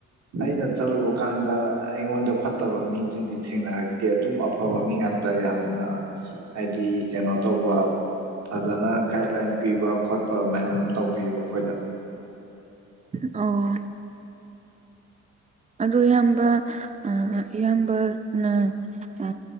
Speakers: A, on the right; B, on the right.
A: ꯑꯩꯅ ꯆꯠꯂꯨꯕꯀꯥꯟꯗ ꯑꯩꯉꯣꯟꯗ ꯐꯠꯇꯕ ꯃꯤꯁꯤꯡꯗꯤ ꯊꯦꯡꯅꯔꯛꯇꯦ ꯑꯗꯨꯝ ꯑꯐꯕ ꯃꯤ ꯉꯥꯛꯇ ꯇ ꯌꯥꯝꯅ ꯍꯥꯏꯗꯤ ꯀꯩꯅꯣ ꯇꯧꯕ ꯐꯖꯅ ꯒꯥꯏꯗꯂꯥꯏꯟ ꯄꯤꯕ ꯈꯣꯠꯄ ꯑꯗꯨꯃꯥꯏꯅ ꯑꯗꯨꯝ ꯇꯧꯕꯤꯌꯨ ꯑꯩꯈꯣꯏꯗ
B: ꯑꯣ ꯑꯗꯨ ꯏꯌꯥꯝꯕ ꯏꯌꯥꯝꯕꯅ ꯑ